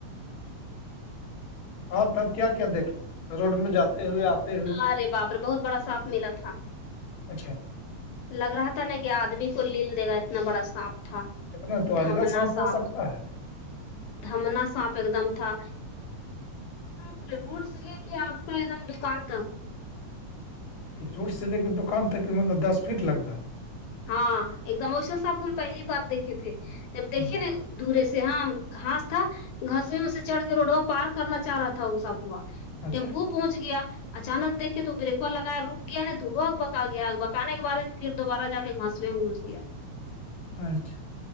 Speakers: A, on the left (about 60°); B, on the left (about 75°).
A: اور تب کیا کیا دیکھے روڈ میں جاتے ہوئے آتے ہوئے
B: ارے بابرے بہت بڑا سات ملا تھا
A: اچھا
B: لگ رہا تھا نا کہ آدمی کو لل دے گا اتنا بڑا سانپ تھا
A: کتنا تو اجگر
B: دھامنا
A: سانپ
B: صانپ
A: ہو سکتا
B: دھمنا سانپ ایک دم تھا مطلب روڈ سے لے کے آپ کا ایک دم دکان تک
A: روڈ سے لے کے دکان تک مطلب دس فٹ لگ بھگ
B: ہاں ایک دم اوسان سانپ ہم پہلی بار دیکھے تھے جب دیکے
A: ہوں،
B: نا دورے سے ہاں کہاس تھا گسوے میں سے چڑھ کے روڈوا پار کرنا چاہ رہا تھا اسا پوا
A: اچھا
B: ٹیمپو پہنچ گیا اچانک دیکھے تو بریکر لگایا رک گیا ن تو وہ اگ بکا گیا آگ بکان کےعد پھر دوبارہ جا کے گھاس میں گھس گیا
A: اچھا